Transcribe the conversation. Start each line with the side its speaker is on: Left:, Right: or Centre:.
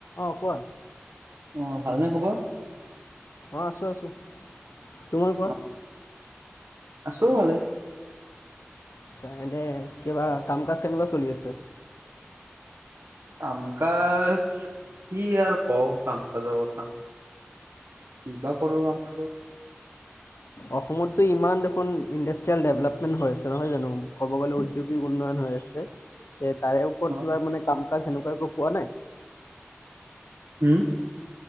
Left: অ কোৱা
Right: অ ভালনে খবৰ
Left: অঁ আছোঁ আছোঁ তোমাৰ কোৱা
Right: অ আছো ভালেই
Left: আটচা এনে কিবা কাম কাজ কেনেকুৱা চলি আছে
Right: কামকাাজ কি আৰু কওঁ কাম কাজৰ কথা কিবা কৰ কাম কাজৰ
Left: অসমততো ইমান দেখোন ইণ্ডাষ্ট্ৰিয়েল ডেভলপমেন্ট হৈ আছে নহয় জানো ক'ব গ'লে উদ্যোগিক উন্নয়ন হৈ আছে তে তাৰে ওপৰত
Right: অ
Left: কিবা মানে কাম কাজ সেনেকুৱা একো পোৱা নাই
Right: উ